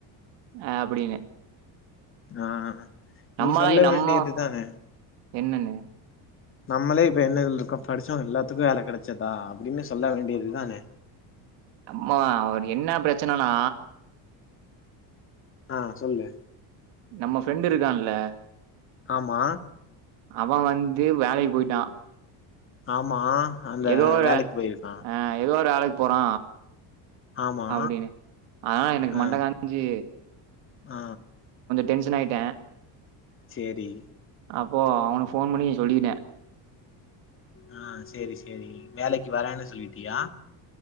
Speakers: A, on the right (about 80°); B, on the left (about 30°).
A: ஆ அப்டின்னு
B: ஆ நீ
A: நம்மதான்
B: சொல்ல
A: நம்ம
B: வேண்டியது
A: தான்
B: தானே
A: நம்ம என்னன்னு
B: நம்மளே இப்ப என்ன இருக்க படிச்சவங்க எல்லாத்துக்கு வேல கெடைச்சதா அப்டின்னு சொல்ல வேண்டியதுதானே
A: அம்மா அவர் என்ன பிரச்சனைனா
B: ஆ சொல்லு
A: நம்ம ஃப்ரெண்டு இருக்கான்லே
B: ஆம்மா
A: அவ வந்து வேலைக்கு போயிட்டா
B: ஆம் மா அந்த
A: ஏதோ ஒரு
B: வேலைக்கு போயிருக்கா
A: அ ஏதோ ஒரு வேலைக்கு போறா
B: ஆமா
A: அப்பிடினு ஆனால எனக்கு மண்ட
B: ஆ
A: காஞ்சி
B: ஆ
A: டென்ஷன் ஆயிட்டே
B: சேரி
A: அப்போ அவனு ஃபோன் பண்ணி சொல்லிடே
B: ஆ சேரி சேரி வேலைக்கு வரேன்னு சொல்லி ட்டியா